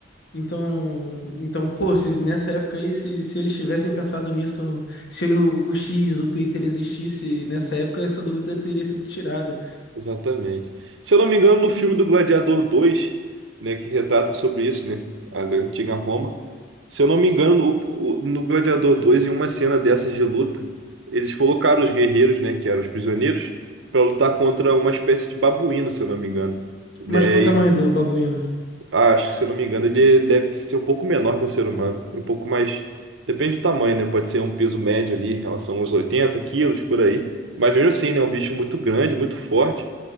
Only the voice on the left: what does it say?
Então, então, pô, se nessa época aí, se, se eles tivessem pensado nisso, <laughs> se o, o X, o Twitter existisse nessa época, essa dúvida teria sido tirada.
Mas qual o tamanho do babuíno?